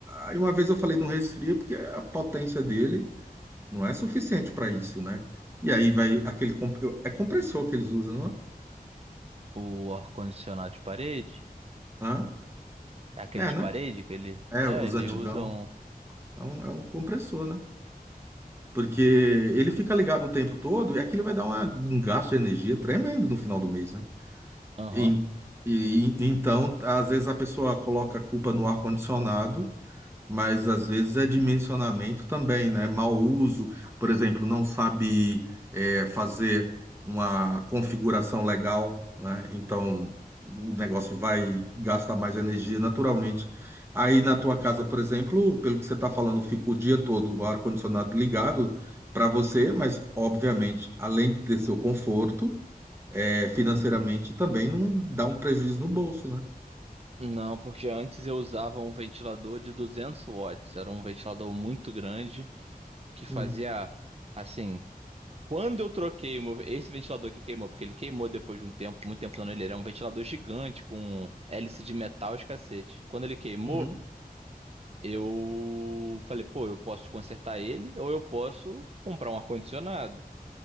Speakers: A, on the right (about 15°); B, on the right (about 40°).
A: Aí uma vez eu falei, não resfria porque a potência dele não é suficiente para isso, né? E aí vai aquele. comp- É compressor que eles usam, não é?
B: O ar-condicionado de parede?
A: Hã?
B: É aquele
A: É,
B: de
A: né?
B: parede que ele.
A: É,
B: É,
A: os
B: ele
A: antigão.
B: usa um.
A: É um, é um compressor, né? Porque ele fica ligado o tempo todo e aquilo vai dar uma- um gasto de energia tremendo no final do mês, né?
B: Aham.
A: E, e- então, às vezes a pessoa coloca a culpa no ar-condicionado mas às vezes é dimensionamento também, né? Mau uso, por exemplo, não sabe é, fazer uma configuração legal, né? Então o negócio vai gastar mais energia naturalmente. Aí na tua casa, por exemplo, pelo que você está falando, fica o dia todo o ar-condicionado ligado para você, mas obviamente, além de ter seu conforto, é, financeiramente também não dá um prejuízo no bolso, né?
B: Não, porque antes eu usava um ventilador de 200 watts. Era um ventilador muito grande que fazia,
A: Uhum,
B: assim, Quando eu troquei o meu- esse ventilador que queimou, porque ele queimou depois de um tempo, muito tempo usando ele, era um ventilador gigante com hélice de metal e os cacete. Quando ele queimou,
A: uhum,
B: eu falei, pô, eu posso consertar ele ou eu posso comprar um ar-condicionado.